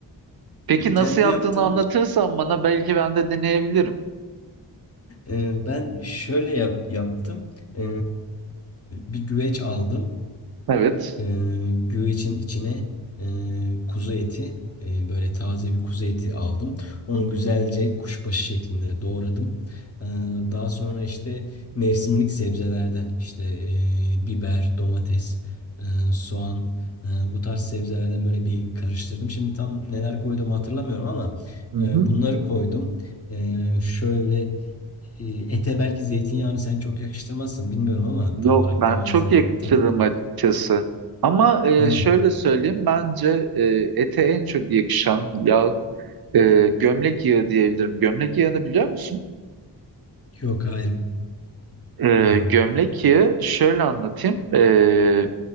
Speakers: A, on the right; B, on the left.
A: Peki nasıl
B: kendi
A: yaptığını
B: yaptığım
A: anlatırsan bana belki ben de deneyebilirim.
B: e, ben şöyle yap, yaptım. Ee, bir güveç aldım.
A: Evet.
B: Ee, güvecin içine e, kuzu eti e, böyle taze bir kuzu eti aldım. Onu güzelce kuşbaşı şeklinde doğradım. Ee, daha sonra işte mevsimlik sebzelerden işte e, biber, domates, e, soğan e, bu tarz sebzelerden böyle bir karıştırdım. Şimdi tam neler koyduğumu hatırlamıyorum ama
A: Hı
B: e,
A: hı.
B: bunları koydum. E, şöyle e, ete belki zeytinyağını sen çok yakıştırmazsın bilmiyorum ama tam
A: Yok
B: olarak
A: ben
B: tam hangi
A: çok
B: zeytin
A: yakıştırırım
B: tadını.
A: açıkçası. Ama e,
B: <laughs>
A: şöyle söyleyeyim bence e, ete en çok yakışan yağ e, gömlek yağı diyebilirim. Gömlek yağını biliyor musun?
B: Yok hayır
A: E,
B: bilmiyorum.
A: gömlek yağı şöyle anlatayım. E,